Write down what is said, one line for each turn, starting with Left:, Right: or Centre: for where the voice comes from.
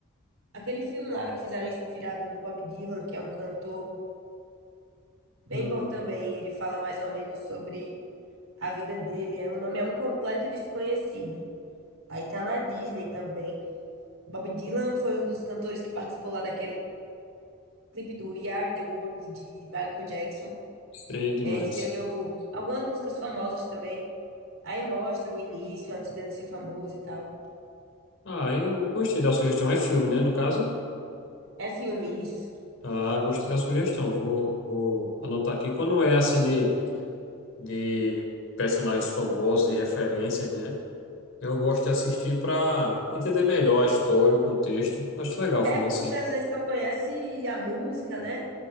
Right: Aquele filme lá que fizeram inspirado no Bob Dylan, que é um cantor bem
Left: Hum,
Right: bom também, ele fala mais ou menos sobre a vida dele. É, o nome é Um Completo Desconhecido. Aí tá na Disney também. Bob Dylan foi um dos cantores que participou lá daquele clipe do We Are the World de Michael Jackson.
Left: sei demais.
Right: É, escreveu algumas músicas famosas também. Aí mostra o início, antes dele ser famoso e tal.
Left: Ah, eu gostei da sugestão. É filme, né, no caso?
Right: É filme isso.
Left: Ah, gostei da sugestão. Vou, vou anotar aqui. Quando é assim de, de personagens famosos, de referências, né? Eu gosto de assistir para entender melhor a história, o contexto. Acho legal o
Right: É
Left: filme
Right: porque
Left: assim.
Right: você às vezes só conhece a música, né?